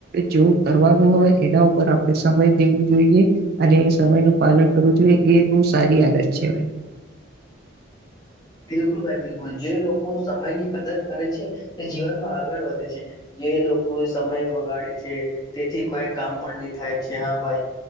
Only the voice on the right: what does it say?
જો કરવાનું હોય એના ઉપર આપણેે સમય દેવો જોઈએ અને સમય ન પાલન કરવું જોઈએ એ બહુ સારી આદત છે ભાઈ.